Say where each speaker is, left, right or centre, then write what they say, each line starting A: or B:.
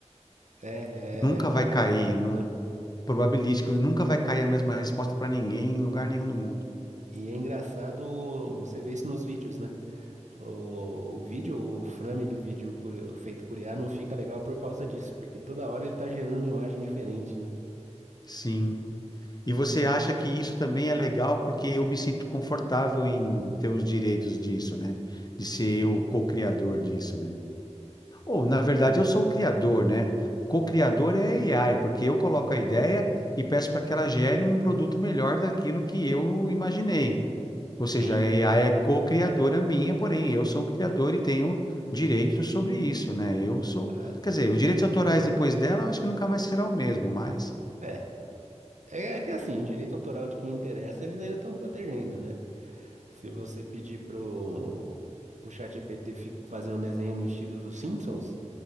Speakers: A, on the right; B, on the left.
A: É,
B: Nunca
A: é, é probabilístico,
B: vai cair.
A: né?
B: probabilístico, nunca vai cair a mesma resposta para ninguém em lugar nenhum do mundo.
A: E é engraçado você ver isso nos vídeos, né? O, o vídeo, o frame do vídeo por- feito por IA não fica legal por causa disso, porque toda hora ele tá gerando uma imagem diferente, né?
B: Sim. E você acha que isso também é legal porque eu me sinto confortável em ter os direitos disso, né? De ser eu o co-criador disso, né? Ou, na verdade,
A: Sim.
B: eu sou o criador, né? Co-criador é AI, porque eu coloco a ideia e peço para que ela gere um produto melhor daquilo que eu imaginei. Ou seja,
A: Sim.
B: a IA é co-criadora minha, porém eu sou o criador e tenho direitos sobre isso, né? Eu sou,
A: ah,
B: quer dizer, os direitos autorais depois dela, eu acho que nunca mais será o mesmo, mas.
A: É. É é que assim, direito autoral de quem interessa, eles ainda estão protegendo, né? Se você pedir pro, pro ChatGPT fi- fazer um desenho no estilo dos Simpsons,